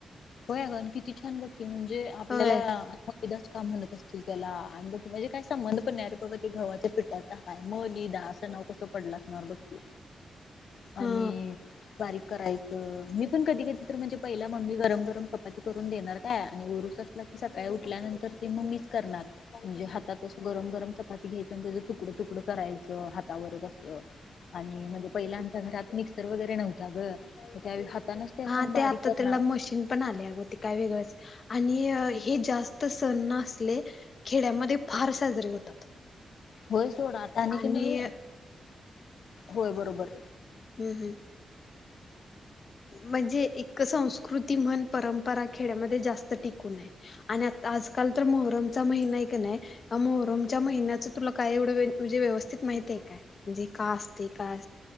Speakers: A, on the left; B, on the left.
A: होय अग, किती छान बघ की म्हणजे आपल्याला-
B: होय
A: च काम म्हणत असतील त्याला आणि ब माझे काय संबंध पण नाही अे बाबा ते घवाच्या पिठाचा काय मलीदा. असं नाव कसं पडलं असणार बघ की. आणि
B: हा
A: बारीक करायचं मी पण कधी, कधी तर म्हणजे पहिला मम्मी गरम- क <inaudible> <unintelligible> देणार काय आणि उरूस असला की, सकाळी उठल्यानंतर ते मीच करणार म्हणजे हातात असं गर- गरम चपाती घ्यायच आणि त्याच तुकडं- तुकडं करायचं हातावरच अस. आणि म्हणजे पहिल्या घरात मिक्सर वगैरे नव्हता ग, त्यावेळी- हातानच असं
B: हा
A: बारीक
B: ते आता
A: करणार
B: त्याला मशीन पण आल्या. काय वेगळंच आणि हे जास्त सण ना आसले, खेड्यामध्ये फार- होतात.
A: होय थोडा आता
B: आणि
A: क नाही, होय बरोबर.
B: हम्म. हम्म. म्हणजे एक संस्कृती म्हण परंपरा खेड्यामध्ये जास्त टिकून ये आणि आज, आजकाल तर मोहरमचा महिना आहे का नाही मोहरमच्या महिन्याच तुला काय एवढं म्हणजे व्यवस्थित माहि- काय म्हणजे का असते काय?